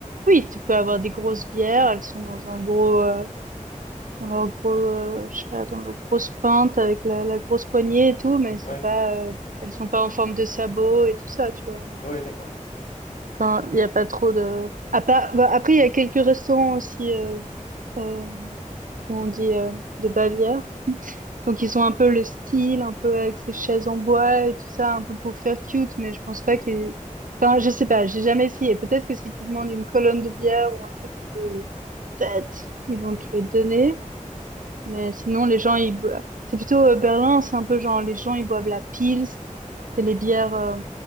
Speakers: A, on the right; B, on the left.
A: oui, tu peux avoir des grosses bières, elles sont dans un gros, euh, dans leur gros, euh, je sais pas, dans leur grosse pinte avec la, la grosse poignée et tout, mais c'est
B: Ouais.
A: pas, euh, elles sont pas en forme de sabots et tout ça, tu vois. mais-
B: ouais, d'accord, OK.
A: Enfin, il y a pas trop de. À part- bah, après, il y a quelques restaurants aussi, euh, euh, où on dit euh, de Bavière. Donc ils ont un peu le style, un peu avec ces chaises en bois et tout ça, un peu pour faire cute, mais je pense
B: Mmh.
A: pas que. Enfin, je sais pas, j'ai jamais essayé. Peut-être que si tu demandes une colonne de bière ou un truc un peu fête, ils vont te le donner. Mais sinon, les gens, ils... bo- c'est plutôt euh, Berlin, c'est un peu genre les gens, ils boivent la Pils, c'est les bières, euh,